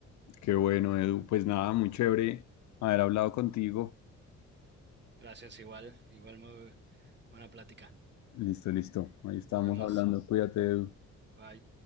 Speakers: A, on the left; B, on the right.
A: Qué bueno, Edu. Pues nada, muy chévere haber hablado contigo.
B: Gracias, igual, igual muy buena plática.
A: Listo, listo. Ahí estamos
B: Nos vemos.
A: hablando. Cuídate, Edu.
B: Bye.